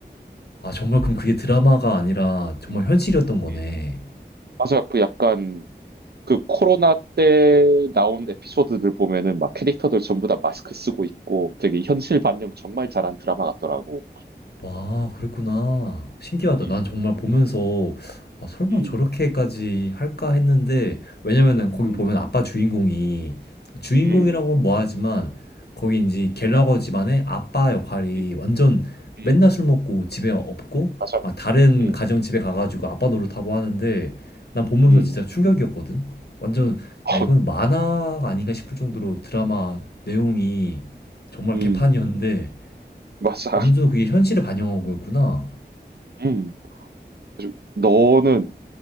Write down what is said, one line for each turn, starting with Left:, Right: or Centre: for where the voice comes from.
Left: 아, 정말 그럼 그게 드라마가 아니라 정말
Right: 음,
Left: 현실이었던 거네.
Right: 음. 맞아, 그 약간 그 코로나 때 나온 에피소드들 보면은 막 캐릭터들 전부 다 마스크 쓰고 있고 되게 현실 반영 정말 잘한 드라마 같더라고.
Left: 와, 그랬구나. 신기하다.
Right: 음,
Left: 난 정말 보면서 아, 설마
Right: 음,
Left: 저렇게까지 할까 했는데 왜냐면은 거기
Right: 음,
Left: 보면 아빠 주인공이 주인공이라고
Right: 음,
Left: 하면 뭐하지만 거기 이제 갤러거
Right: 음,
Left: 집안의 아빠 역할이
Right: 음,
Left: 완전
Right: 음.
Left: 맨날 술 먹고 집에 없고
Right: 맞아.
Left: 막 다른
Right: 음,
Left: 가정 집에 가가지고 아빠 노릇하고 하는데 난 보면서
Right: 음,
Left: 진짜 충격이었거든. 완전
Right: 어,
Left: 야 이거는 만화가 아닌가 싶을 정도로 드라마 내용이 정말
Right: 음,
Left: 개판이었는데
Right: 맞아.
Left: 어느 정도 그게 현실을 반영하고 있구나.
Right: 음. 그래서 너는